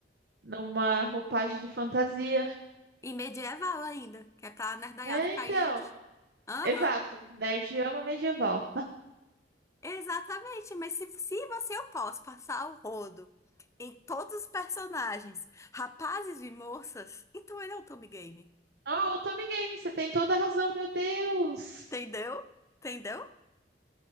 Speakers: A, on the right (about 60°); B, on the left (about 15°).
A: numa roupagem de fantasia.
B: E medieval ainda, que é pra nerdaiada
A: É,
B: cair
A: então.
B: de... Aham,
A: Exato. Nerd ama medieval.
B: exatamente. Mas se, se você eu posso passar o rodo em todos os personagens, rapazes e moças, então ele é um otome game.
A: Oh, Otome Games, você tem toda a razão, meu Deus.
B: Entendeu? Entendeu?